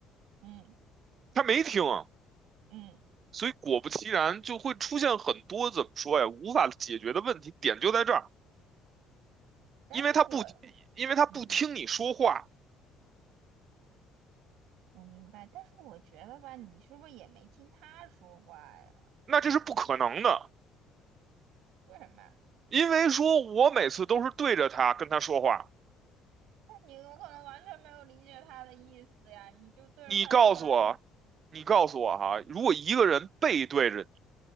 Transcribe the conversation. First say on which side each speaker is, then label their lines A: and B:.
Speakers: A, on the right; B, on the right.
A: 嗯，
B: 他没听啊，
A: 嗯，
B: 所以果不其然就会出现很多怎么说呀，无法解决的问题，点就在这儿，
A: 但是我，
B: 因为他不，因为他不听你说话，
A: 嗯，我明白，但是我觉得吧，你是不是也没听他说话呀？
B: 那这是不可能的，
A: 为什么呀？
B: 因为说我每次都是对着他跟他说话。
A: 那你有可能完全没有理解他的意思呀，你就对着他说话呗。
B: 你告诉我，你告诉我哈，如果一个人背对着你，